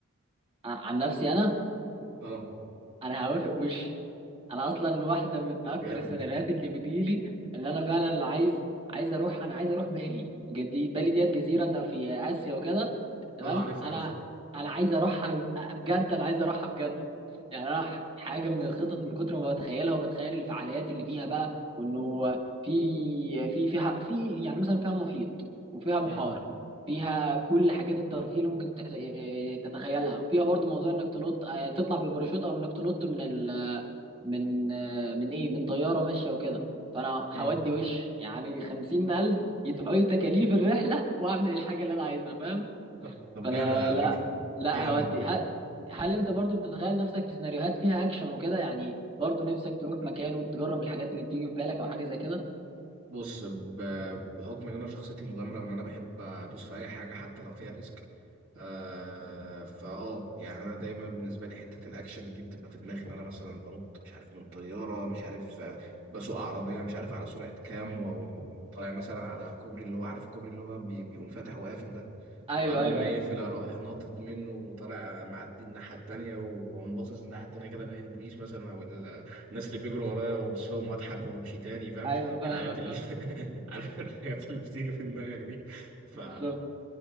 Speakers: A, on the right; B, on the right.
A: ع- عن نفسي انا
B: اه
A: انا هوافق وش انا اصلا واحده من
B: طب
A: اكتر
B: جامد
A: السيناريوهات اللي بتجيلي ان انا فعلا عايز عايز اروح انا عايز اروح بالي جدي بالي ديت جزيره في اسيا وكده تمام
B: اه عارف عارف
A: انا انا عايز اروحها بجد انا عايز اروحها بجد يعني انا ح- حاجه من الخطط من كتر ما بتخيلها وبتخيل الفعاليات اللي فيها بقى وانه في في فيها في يعني مثلا فيها محيط وفيها بحار
B: مم.
A: فيها كل حاجات الترفيه اللي ممكن تح- إيه، تتخيلها وفيها برضو موضوع انك تنط آه، تطلع بالباراشوت او انك تنط من ال من آه، من ايه من طياره ماشيه وكده فانا
B: مم.
A: هودي وش يعني خمسين الف يدفعوا لي تكاليف الرحله واعمل الحاجه اللي انا عايزها فاهم
B: طب طب
A: فانا
B: جامد على
A: لا
B: فكرة
A: لا
B: جامد
A: هودي هل, هل انت برضو بتتخيل نفسك في سيناريوهات فيها اكشن وكده يعني برضو نفسك تروح مكان وتجرب الحاجات اللي بتيجي في بالك او حاجه زي كده
B: بص ب- بحكم ان انا شخصيتي مغامرة وان انا بحب ادوس في اي حاجة حتى لو فيها ريسك آه فاه يعني انا دايما بالنسبة لي حتة الاكشن دي بتبقى في دماغي ان انا مثلا بنط مش عارف من طيارة مش عارف آه، بسوق عربية مش عارف على سرعة كام وطالع مثلا على كوبري اللي هو عارف الكوبري اللي هو بي- بيقوم فاتح وقافل ده
A: ايوه
B: وقبل
A: ايوه
B: ما
A: ايوه
B: يقفل اروح ناطط منه وطالع معدي الناحيه التانيه واقوم باصص الناحيه التانيه كده الاقي البوليس مثلا او ال- الناس اللي بيجروا ورايا وابص لهم واضحك وامشي تاني فاهم
A: ايوه فاهمك
B: الحاجات اللي
A: فاهم
B: <laughs> عارف الحاجات اللي بتيجي في دماغك دي ف
A: بالظبط